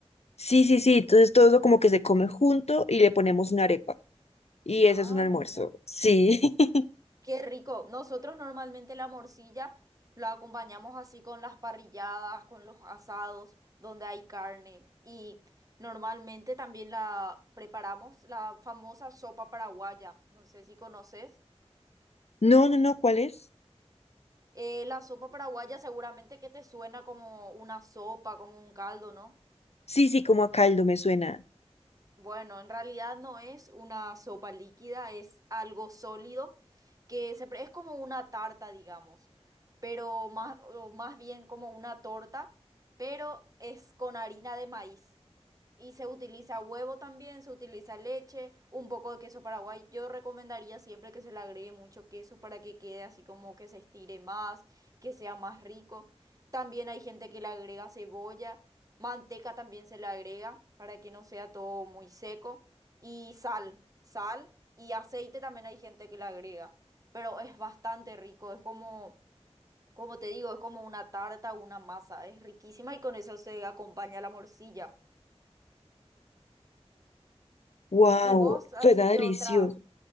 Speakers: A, on the left; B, on the right.
A: sí, sí, sí. Entonces todo eso como que se come junto y le ponemos una arepa. Y ese
B: Ah,
A: es un almuerzo.
B: mira.
A: Sí. <laughs>
B: Qué rico. Nosotros normalmente la morcilla la acompañamos así con las parrilladas, con los asados, donde hay carne. Y normalmente también la preparamos la famosa sopa paraguaya. No sé si conoces.
A: No, no, no, ¿cuál es?
B: Eh, la sopa paraguaya seguramente que te suena como una sopa, como un caldo, ¿no?
A: Sí, sí, como a caldo me suena.
B: Bueno, en realidad no es una sopa líquida, es algo sólido que se, pre- es como una tarta, digamos, pero más, o más bien como una torta, pero es con harina de maíz. Y se utiliza huevo también, se utiliza leche, un poco de queso paraguay. Yo recomendaría siempre que se le agregue mucho queso para que quede así como que se estire más, que sea más rico. También hay gente que le agrega cebolla, manteca también se le agrega para que no sea todo muy seco. Y sal, sal y aceite también hay gente que le agrega. Pero es bastante rico, es como, como te digo, es como una tarta, una masa, es riquísima y con eso se acompaña la morcilla.
A: Wow,
B: ¿Y vos, así
A: suena
B: que
A: delicioso.
B: otra?